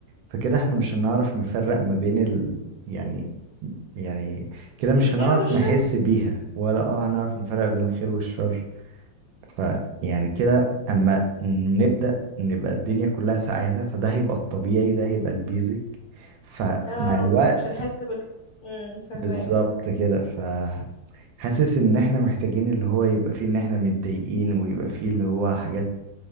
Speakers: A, on the right; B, on the left.
A: فكده احنا مش هنعرف نفرق ما بين ال... يعني يعني كده مش
B: الخير
A: هنعرف
B: والشر
A: نحس بيها ولا اه هنعرف نفرق بين الخير والشر فيعني كده اما نبدأ نبقى الدنيا كلها سعادة فده هيبقى الطبيعي ده هيبقى البيزك فمع
B: اه
A: الوقت
B: فمش هنحس بال امم فاهماك
A: بالظبط كده ف حاسس ان احنا محتاجين اللي هو يبقى فيه ان احنا متضايقين ويبقى فيه اللي هو حاجات